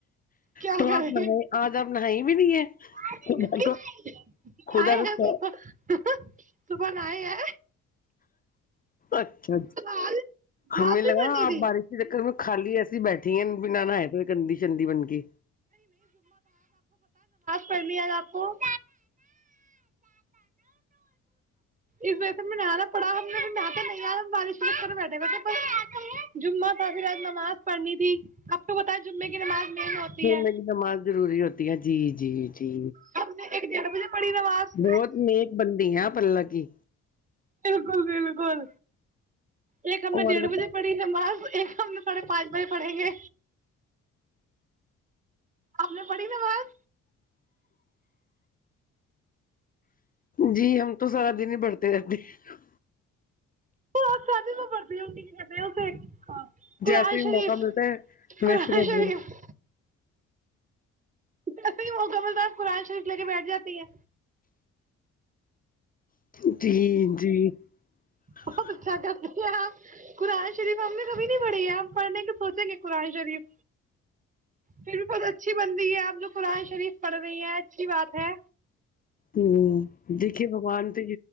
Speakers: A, on the right; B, on the left.
A: کیا
B: تو
A: کریں
B: آپ نہ آج آپ نہائی بھی نہیں ہے
A: <unintelligible>
B: خدا کا خدا کا
A: صبح ن آئے ہے
B: اچھا
A: آج
B: ہمیں
A: معافی
B: لگا
A: بنی
B: آپ
A: تھی
B: بارش کے چکر میں خالی ای <unintelligible> <unintelligible> پھی بنا نہ ہے تو کندھی شی بن کے
A: پرمی آگ آپ کو اس وجہ میں نہا پڑھا نہیں بارشش کر بیٹھے بیے جمہ تھا پھر نماز پڑھنی تھی اب تو بتاائے جمعے کی نماز مین ہوتی
B: پ
A: ہے
B: می کی نماز روری ہوتی ہے جی جی جی
A: ہم نے ایک ڈیڑھ بجے پڑھی نماز
B: بہت نیک بند ہے پلا کی
A: بالکل بالکل ایک ہم نے
B: اور
A: ڈیڑھ
B: بتا
A: بجے پڑیں جمباز ایک ہم نے ساڑھے پانچ بجے پڑھیں گے آپ نے پڑی نواز
B: جی ہم تو سارا دن ہی بڑھتے رہتے ہیں
A: <unintelligible> قرآن
B: جیسے ہی
A: شریف
B: موقع ملتا ہے
A: قرآن
B: ویسے مج
A: شریف ایسے ہی مکمل صاحب قرآن شریف لے کے بیٹھ جاتی ہے
B: <unintelligible>
A: بہت اچھا کرتی قرآن شریف ہم نے کبھی نہیں پڑھی ہے ہم پڑھنے کے سوچیں گے قرآن شریف پھر بھی بہت اچھی بن رہی ہے ہم لوگ قرآن شریف پڑھ رہے ہیں اچھی بات ہے
B: ہ دیکھیے بگوان سے